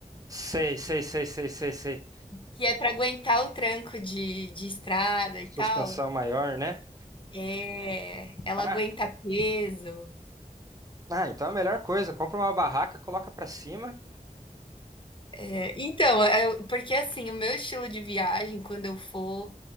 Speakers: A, on the right; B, on the left.
A: sei, sei, sei, sei, sei, sei.
B: que é pra aguentar o tranco de de estrada e
A: Suspensão
B: tal?
A: maior, né?
B: É, ela
A: Ah,
B: aguenta peso.
A: ah, então é a melhor coisa. Compra uma barraca, coloca pra cima.
B: É, então, é porque assim, o meu estilo de viagem, quando eu for,